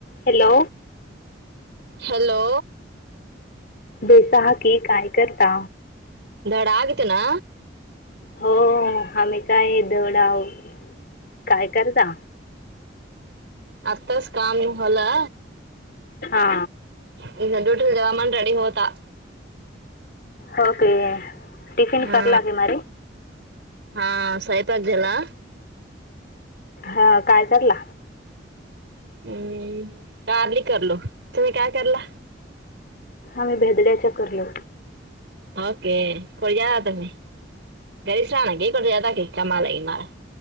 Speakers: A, on the left; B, on the right.
A: हॅलो
B: <inaudible> हॅलो
A: बेसा की काय करता
B: दड आगितेना
A: हो आ् काय दौडाव काय करता
B: आत्ताच काम होला
A: हा
B: ड्युटीचा जेव मण रेडी होता
A: होक टिफिन
B: हा
A: करला की मारी
B: हा सईपगजला
A: हा काय करला
B: हम्म कारली करलो तुम्ही काय करला
A: आम्ही भेदड्याच्याकरलो
B: ओके कड ज तुम्ही घरी सह ना ग कठ जदा क कमालाय मार